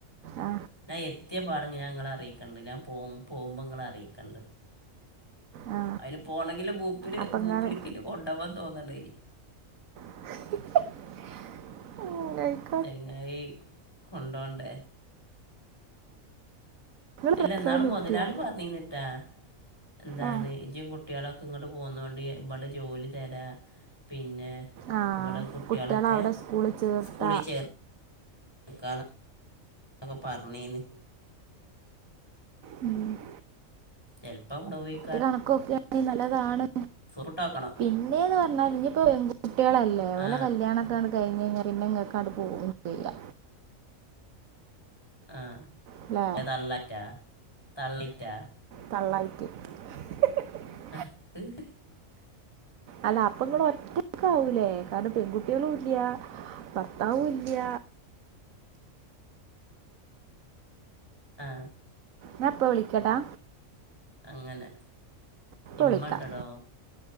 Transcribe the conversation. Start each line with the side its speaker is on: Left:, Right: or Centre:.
Right: ആ
Left: ഞാൻ എത്യ പാടെ ഞാ ങ്ങളെ അറിയിക്കണ്ട് ഞാൻ പോ പോവുമ്പോ ങ്ങളെ അറിയിക്കണ്ട്.
Right: ആ
Left: അയ്ന് പോണങ്കിൽ മൂപ്പര്
Right: അപ്പം
Left: മൂപ്പര്ക്ക്ന്നെ
Right: ഇങ്ങള്
Left: കൊണ്ടോവാ തോന്നണേ.
Right: ആ ഹ്. <inaudible>
Left: ചങ്ങായി കൊണ്ടോണ്ടേ.
Right: നിങ്ങൾ
Left: അല്ല
Right: പ്രസവം
Left: ന്നാള്
Right: നിർത്തിയാ
Left: മൊതലാളി പർഞ്ഞീന്ന്ട്ടാ എന്താണ്
Right: ഏ
Left: ഇജും കുട്ട്യാളൊ. ക്ക്ങ്ങട്ട് പോന്നോണ്ടി ഇബടെ ജോലി തരാ പിന്നെ.
Right: ആ
Left: ഇവ്ടെ കുട്ട്യാളൊക്കെ
Right: കുട്ടികളെ അവിടെ സ്കൂളിൽ ചേർത്ത
Left: സ്കൂളിൽ ചേർ. കാണാ ന്നൊക്കെ പർഞ്ഞീന്ന്.
Right: ഉം. <inaudible>
Left: ചെൽപ്പം ണ്ടോ. <unintelligible>
Right: ത് കണക്കോക്കാണെ നല്ലതാണ്.
Left: സൂപ്പിട്ടോക്കണം
Right: പിന്നേന്ന് പർഞ്ഞാൽ ഇഞ്ഞ്പ്പോ <unintelligible> പെൺകുട്ട്യാളൽ ഏ വല്ലോകല്ല്യാണൊക്കാണ്ട്
Left: ആ
Right: കഴിഞ്ഞയ്ഞ്ഞാൽ പിന്നെങ്ങക്കാണ്ട് പോവും ചെയ്യാ.
Left: ആഹ്
Right: അല്ലേ
Left: പോ തള്ളറ്റാ തള്ളിറ്റാ.
Right: തള്ളയ്റ്റ്. <unintelligible>
Left: <unintelligible>
Right: അല്ല അപ്പ ഇങ്ങള് ഒറ്റക്കാവൂലേ കാര്ണം പെൺകുട്ട്യാളുല്ല്യ. ബർത്താവുല്ല്യ.
Left: ആ
Right: ഞാ പ്പൊ വിളിക്കടാ.
Left: അങ്ങനെ
Right: ഇപ്പം
Left: ഇമ്മണ്ടടോ
Right: വിളിക്കാം